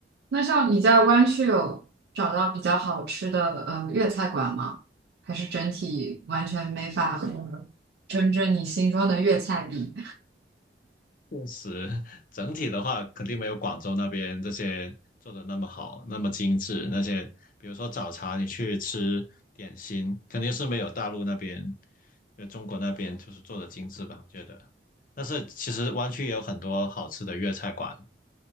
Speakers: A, on the right; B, on the left.
A: 那像你在湾区有找到比较好吃的呃粤菜馆吗？还是整体完全没法和真正你心中的粤菜比？
B: 确实，整体的话，肯定没有广州那边这些做的那么好，那么精致。那些比如说早茶，你去吃点心，肯定是没有大陆那边，呃，中国那边就是做的精致吧，我觉得。但是其实湾区也有很多好吃的粤菜馆，